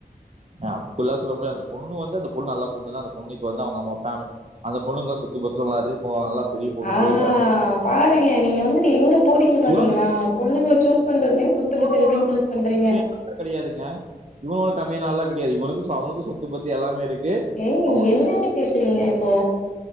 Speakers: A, on the right; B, on the left.
A: அப்பிட்லா சொல்ல முடியாது அந்த பொண்ணு வந்து அந்த பொண் நல்ல பொண்ணு தா அந்த பொண்ணு இப்ப வந்து அவங்கம்மா ஃபேமி அந்த பொண்ணுங்ளா சொத்து பத்து நல்லா <unintelligible> நல்லா பெரிய பொண்ணு
B: ஆ
A: பெரிய ஃபேமி
B: பாருங்க நீங்க வந்துட்டு எங்க போறீங்க பாத்தீங்ளா
A: இவன்
B: பொண்ணுங்ள சூஸ் பண்றதே சொத்து
A: இவன்
B: பத் இருக்குன்
A: ஒண்ணு
B: சூஸ் பண்றீங்க
A: <inaudible> கெடையாதுங்க <unintelligible> கெடையாது இவனுக்கு அவனுக்கு சொத்து பத்து எல்லாமே இருக்கு
B: ஏங்
A: அவன்
B: என்னங்க பேசுறீங்க இப்போ